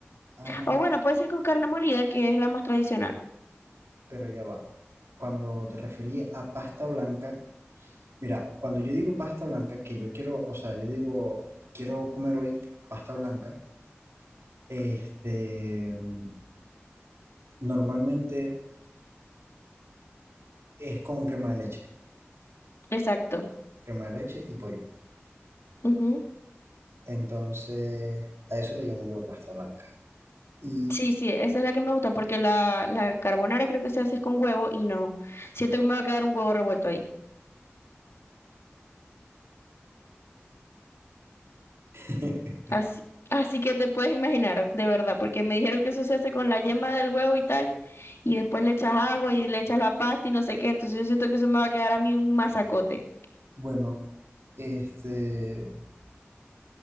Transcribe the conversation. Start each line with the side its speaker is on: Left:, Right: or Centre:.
Right: Ah,
Left: O bueno, puede ser con carne molida, que es la más tradicional.
Right: pero ya va. Cuando te referí a pasta blanca, mira, cuando yo digo pasta blanca, que yo quiero, o sea, yo digo, quiero comer hoy pasta blanca, este, mm, normalmente es con crema de leche,
Left: Exacto.
Right: crema de leche y pollo.
Left: Ujú.
Right: Entonces, a eso le llamo yo pasta blanca. Y
Left: Sí, sí, esa es la que me gusta porque la, la carbonara creo que se hace con huevo y no. Siento que me va a quedar un huevo revuelto ahí.
Right: <laughs>
Left: Así, así que te puedes imaginar, de verdad, porque me dijeron que eso se hace con la yema del huevo y tal, y después le echas agua y le echas la pasta y no sé qué, entonces yo siento que eso me va a quedar a mí un masacote.
Right: bueno, este,